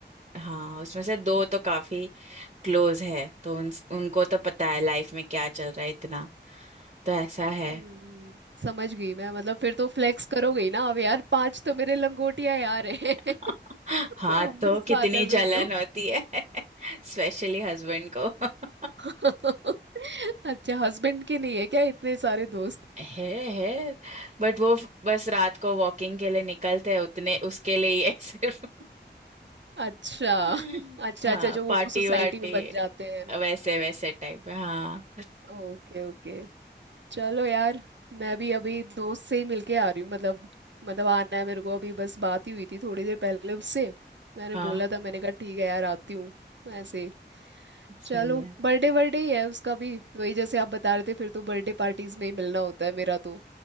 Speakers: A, on the right; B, on the right.
A: हाँ उसमें से दो तो काफी क्लोज है तो उन, उनको तो पता है लाइफ में क्या चल रहा है इतना तो ऐसा है
B: हम्म, समझ गई मैं मतलब फिर तो फ्लेक्स करोगे ही ना अब यार पांच तो मेरे लंगोटिया यार हैं
A: <laughs>
B: <laughs>
A: हाँ
B: ऑब्वियस
A: तो कितनी
B: बात है फिर
A: जलन
B: तो
A: होती है <laughs> स्पेशली हस्बैंड को <laughs>
B: <laughs> अच्छा हस्बैंड के नहीं है क्या इतने सारे दोस्त
A: है है बट वो फ- बस रात को वॉकिंग के लिए निकलते हैं उतने उसके लिए ही है सिर्फ
B: अच्छा
A: <laughs>
B: <laughs> अच्छा
A: हाँ
B: अच्छा जो
A: पार्टी
B: वो सोसाइटी
A: वार्टी
B: में बन जाते हैं
A: वैसे वैसे टाइप हाँ
B: ओके ओके चलो यार मैं भी अभी दोस्त से ही मिलके आ रही हूँ मतलब मतलब आना है मेरे को अभी बस बात ही हुई थी थोड़ी देर पहले उससे मैंने
A: हाँ
B: बोला था मैंने कहा ठीक है यार आती हूँ ऐसे
A: सही
B: चलो
A: है
B: बर्थडे बर्थडे ही है उसका भी वही जैसे आप बता रहे थे फिर तो बर्थडे पार्टीज में ही मिलना होता है मेरा तो